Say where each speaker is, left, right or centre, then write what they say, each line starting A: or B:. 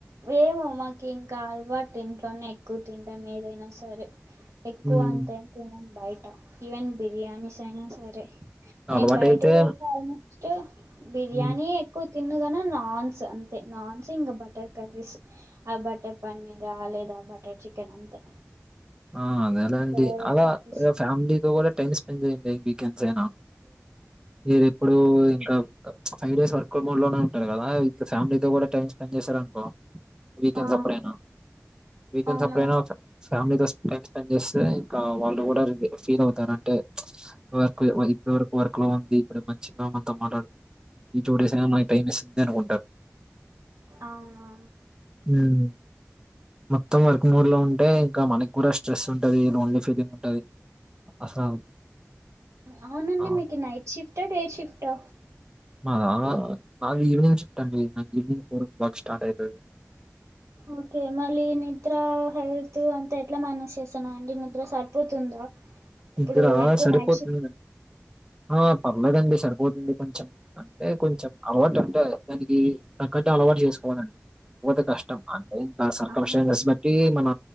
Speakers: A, on the right; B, on the right.
A: ఏమో మాకి ఇంకా అలవాటు ఇంట్లోనే ఎక్కువ తింటాం ఏదైనా సరే ఎక్కువ
B: ఉమ్
A: అంతేం తినను బయట ఈవెన్ బిర్యానీస్ అయినా సరే
B: అలవాటైతే
A: నేను బయటికి వెళ్తే ఆల్మోస్ట్ బిర్యానీ
B: ఉమ్.
A: ఎక్కువ తిననుగానే నాన్స్ అంతే నాన్స్ ఇంకా బటర్ కర్రీస్ ఆ బటర్ పన్నీర్ ఆ లేదా బటర్ చికెన్ అంతే
B: ఆ అదేలేండి
A: ఇంకా వేరే
B: అలా
A: కర్రీస్
B: ఓ ఫ్యామిలీ ఓ అలా టైం స్పెండ్ చేయండి వీకెండ్స్ అయిన మీరు ఎప్పుడు ఇంకా ఫైవ్ డేస్ వర్క్ మోడ్ లోనే ఉంటారు కదా ఇ ఫ్యామిలీతో కూడా టైం స్పెండ్ చేసారనుకో వీకెండ్స్
A: ఆ
B: అప్పుడైనా వీకెండ్స్
A: అవునవును
B: అప్పుడైనా ఒక ఫ్యామిలీతో టైమ్ స్పెండ్ చేస్తే ఇంకా వాళ్ళు కూడా ఫీల్ అవుతారం అంటే వర్క్ ఇప్పటి వరకు వర్క్ లో ఉంది అప్పుడే మంచిగా మనతో మాట్లాడు ఈ టుడేస్ ఐనా మనకి టైం ఇస్తుంది అనుకుంటారు
A: అవును
B: హ్మ్ మొత్తం వర్క్ మోడ్ లో ఉంటే ఇంకా మనకి కూడా స్ట్రెస్ ఉంటది లోన్లీ ఫీలింగ్ ఉంటది అసలు
A: అవునండి
B: ఆహ్,
A: మీకు నైట్ షిఫ్టా డే షిఫ్టా
B: మాదా మాది ఈవినింగ్ షిఫ్ట్ అండి నాకు ఈవినింగ్ ఫోర్ కి వర్క్ స్టార్ట్ అవుతది
A: ఓకే మళ్ళీ నిద్ర హెల్త్ అంతా ఎట్లా మేనేజ్ చేస్తున్నా అండి నిద్ర సరిపోతుందా
B: నిద్దరా
A: ఇప్పుడు ఎక్కువ
B: సరిపోతుంది
A: నైట్ షిఫ్ట్
B: ఆ పర్లేదండి సరి పోతుంది కొంచెం అంటే కొంచెం అలవాటు అంటే దానికి తగ్గట్టు అలవాటు చేసుకోవాలండి బోతే కష్టం ఆ టైం <unintelligible>
A: అవును
B: టే మన